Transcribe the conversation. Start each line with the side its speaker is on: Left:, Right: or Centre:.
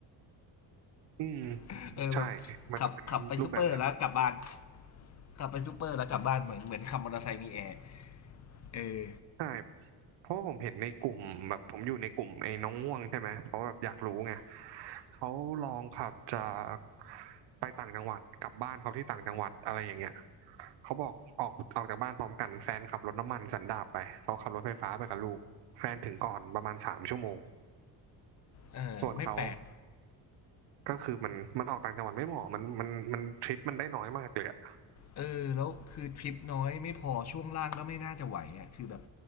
Right: อืม
Left: <laughs> เออแบบ
Right: ใช่มันจะเป็นรูปแบบนั้น
Left: ขับขับไปซูเปอร์แล้วกลับบ้าน กลับไปซูเปอร์แล้วกลับบ้านเหมือนเหมือนขับมอเตอร์ไซค์มีแอร์เออ
Right: ใช่เพราะว่าผมเห็นในกลุ่มแบบผมอยู่ในกลุ่มไอ้น้องง่วงใช่ไหมเพราะแบบอยากรู้ไงเขาลองขับจากไปต่างจังหวัดกลับบ้านเขาที่ต่างจังหวัดอะไรอย่างเงี้ยเขาบอกออกออกจากบ้านพร้อมกันแฟนขับรถน้ำมันสันดาปไปเขาขับรถไฟฟ้าไปกับลูกแฟนถึงก่อนประมาณสามชั่วโมง
Left: เออไม่แปลก
Right: ส่วนเขาก็คือมันมันออกต่างจังหวัดไม่เหมาะมันมันมันทริปมันได้น้อยมากเลยอะ
Left: เออแล้วคือทริปน้อยไม่พอช่วงล่างก็ไม่น่าจะไหวอ่ะคือแบบ